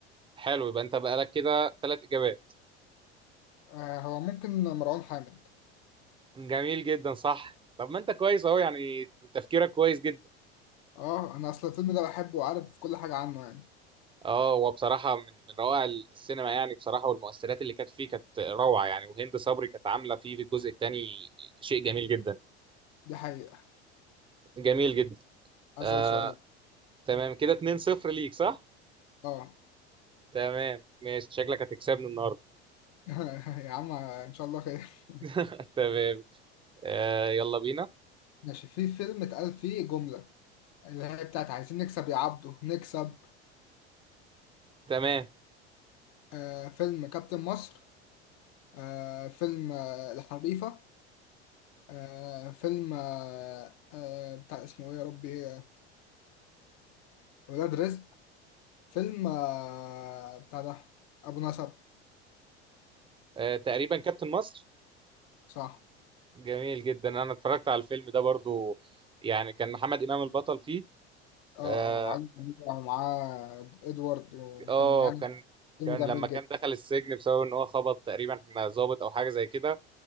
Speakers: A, on the right; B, on the left.
A: حلو يبقى انت بقالك كده ثلاث اجابات
B: آه هو ممكن مروان حامد
A: جميل جدا صح طب ما انت كويس اهو يعني تفكيرك كويس جدا
B: اه انا اصل الفيلم ده بحبه وعارف كل حاجة عنه يعني
A: اه هو بصراحة من من روائع السينما يعني بصراحة والمؤثرات اللي كانت فيه كانت روعة يعني وهند صبري كانت عاملة فيه في الجزء الثاني شيء جميل جدا
B: دي حقيقة
A: جميل جدا
B: اسأل
A: آه
B: سؤال
A: تمام كده 2-0 ليك صح؟
B: اه
A: تمام ماشي شكلك هتكسبني النهاردة
B: <laughs> يا عم ان شاء الله خير
A: <laughs> تمام آه يلا بينا
B: ماشي في فيلم اتقال فيه جملة اللي هي بتاعت عايزين نكسب يا عبده نكسب
A: تمام
B: آه فيلم كابتن مصر آه فيلم آه الحريفة آه فيلم آه آه بتاع اسمه ايه يا ربي آه، ولاد رزق فيلم آه، بتاع ده أبو نسب
A: آه تقريبا كابتن مصر
B: صح
A: جميل جدا انا اتفرجت على الفيلم ده برضو يعني كان محمد إمام البطل فيه
B: اه
A: اه
B: اه وعلي ومعاه إدوارد وكان
A: آه،
B: يعني
A: كان
B: فيلم
A: كان
B: جميل
A: لما كان
B: جدا
A: دخل السجن بسبب ان هو خبط تقريبا ضابط او حاجة زي كده